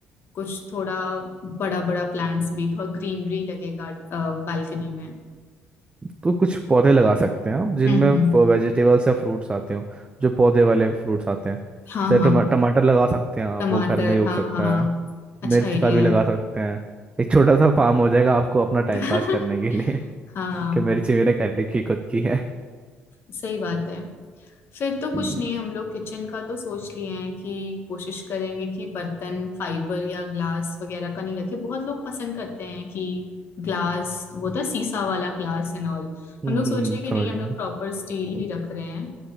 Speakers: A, on the left; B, on the right.
A: कुछ थोड़ा बड़ा बड़ा प्लांट्स भी थोड़ा ग्रीनरी लगेगा बालकनी में
B: तो कुछ पौधे लगा सकते हैं आप जिनमें
A: हम्म हम्म,
B: वेजिटेबल्स या फ्रूट्स आते हो जो पौधे वाले फ्रूट्स आते हैं जैसे
A: हाँ हाँ
B: टमा, टमाटर लगा सकते हैं आप
A: टमाटर
B: वो घर में ही उग
A: हाँ
B: सकता
A: हाँ
B: है
A: अच्छा
B: मिर्च
A: आइडिया
B: का भी लगा
A: है
B: सकते हैं एक छोटा सा फार्म हो जाएगा आपको अपना टाइम
A: <laughs>
B: पास करने के लिए
A: हाँ
B: <laughs> कि मिर्ची मेरे घर की खुद की है
A: सही बात है फिर तो कुछ
B: हम्म
A: नहीं हम लोग किचन का तो सोच लिए हैं कि कोशिश करेंगे कि बर्तन फाइबर या ग्लास वगैरह का नहीं रखे बहुत लोग पसंद करते हैं कि ग्लास वो था शीशा वाला ग्लास एंड ऑल
B: हम्म
A: हम लोग सोचे
B: हम्म,
A: कि
B: समझ
A: नहीं
B: गया
A: हम लोग प्रॉपर स्टील ही रख रहे हैं